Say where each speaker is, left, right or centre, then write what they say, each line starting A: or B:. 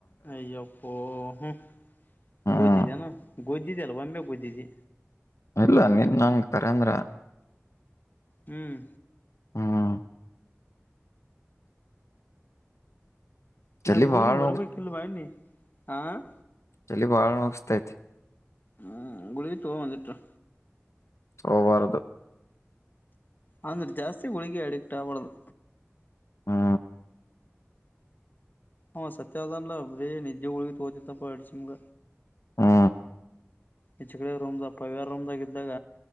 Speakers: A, on the left; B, on the left.
A: ಹಾಯ್ ಓಹಾ
B: ಹ್ಮ್
A: ಗೋಜ್ದಿದೆನು ಗುದ್ದಿದ್ದೆ ಅಲ್ಲ ಒಮ್ಮೆ ಗುದ್ದಿದಿ
B: ಇಲ್ಲ ನಿನ್ ನಂಗ ಕರಂದ್ರ
A: ಹ್ಮ್
B: ಹಾ
A: ಇಲ್ಲ
B: ಚಲಿ
A: ಮೂನಮ್ಮೂರಿಗೆ
B: ಬಾಳ್
A: ಬರಬೇಕಲ್ವಾ ನೀ ಆಾಂ
B: ಚಲ್ಲಿ ಬಾಳ್ಳ ಮುಗಿಸತೈತೆ
A: ಹ್ಮ್ ಗುಳಿಗೆ ತಗೋ ಮನೆಂತಗ
B: ಹವಾರದು
A: ಅಂದ್ರೆ ಜಾಸ್ತಿ ಹುಳಿಗೆ ಅಡಿಕ್ಟ್ ಆಗ್ಬಾರ್ದು
B: ಹಾ
A: ಹ ಸತ್ಯ ಅನ್ಲಾ ಬ್ರೇ ನಜಿದ್ದೆ ಹುಳ್ಗಿ ತಗೋತಿದ್ದಪ್ಪ ಅಡಶಿಮ್ಗ
B: ಹಾ
A: ಹೆಚ್ಚು ಕಡೆ ರೂಮ್ ಪವ್ಯಾರ ರೂಮ್ದಾಗ ಇದ್ದಾಗ